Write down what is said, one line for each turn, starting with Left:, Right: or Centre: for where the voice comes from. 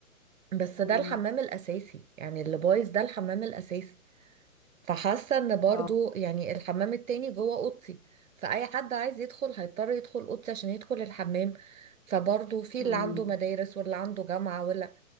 Right: بس
Left: مم.
Right: ده الحمام الاساسي يعني اللي بايظ ده الحمام الاساسي فحاسه ان برضو
Left: اه
Right: يعني الحمام التاني جوه اوضتي فاي حد عايز يدخل هيضطر يدخل اوضتي عشان يدخل الحمام فبرضو في
Left: مم.
Right: اللي عنده مدارس واللي عنده جامعه ولا